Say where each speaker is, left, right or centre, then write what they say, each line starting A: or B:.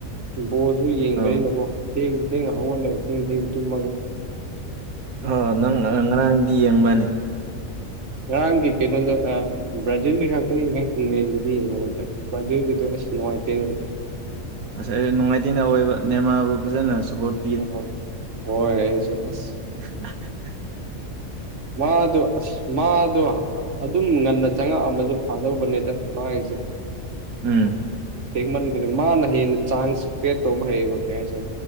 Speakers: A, on the right; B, on the right.
A: ꯕꯣꯜꯁꯨ ꯌꯦꯡꯕꯅꯤꯅꯀꯣ
B: ꯑ
A: ꯊꯦꯡ ꯊꯦꯡꯅ ꯍꯧꯒꯠꯂꯒ ꯊꯦꯡ ꯊꯦꯡ ꯇꯨꯝꯃꯒ
B: ꯑꯣ ꯅꯪ ꯉꯔꯥꯡꯗꯤ ꯌꯦꯡꯕꯅꯤ
A: ꯉꯔꯥꯡꯒꯤ ꯀꯩꯅꯣꯗꯣ ꯑ ꯕ꯭ꯔꯥꯖꯤꯜꯒꯤ ꯉꯥꯛꯇ ꯌꯦꯡꯉꯦ ꯏꯪꯂꯦꯟꯒꯤꯗꯤ ꯌꯦꯡꯍꯧꯗ꯭ꯔꯦ ꯕ꯭ꯔꯥꯖꯤꯜꯒꯤꯗꯣ ꯑꯁ ꯅꯨꯡꯉꯥꯏꯇ‌ꯦꯅꯦ
B: ꯑꯁ ꯑꯩ ꯅꯨꯡꯉꯥꯏꯇꯦꯅꯦ ꯑꯑꯣꯏꯕ ꯅꯦꯃꯥꯕꯨ ꯐꯖꯅ ꯁ꯭ꯄꯣꯔꯠ
A: ꯌꯦꯡꯍꯧꯗꯦ꯫ ꯍꯣꯏ ꯑꯩꯁꯨ ꯑꯁ
B: <unintelligible>
A: ꯃꯥꯗꫭ ꯑꯁ ꯃꯥꯗꯣ ꯑꯗꯨꯝ ꯉꯟꯅ ꯆꯪꯉꯛ ꯑꯝꯃꯖꯨ ꯐꯥꯗꯧꯕꯅꯤꯗ ꯃꯥꯖꯦ
B: ꯎꯝ
A: ꯊꯦꯡꯃꯟ ꯈ꯭ꯔꯦ ꯃꯥꯅ ꯍꯦꯟꯅ ꯆꯥꯟꯁ ꯀꯔ‌ꯦꯠ ꯇꯧꯕ ꯍꯩꯌꯦꯕ ꯀꯩ ꯍꯥꯏꯁꯦ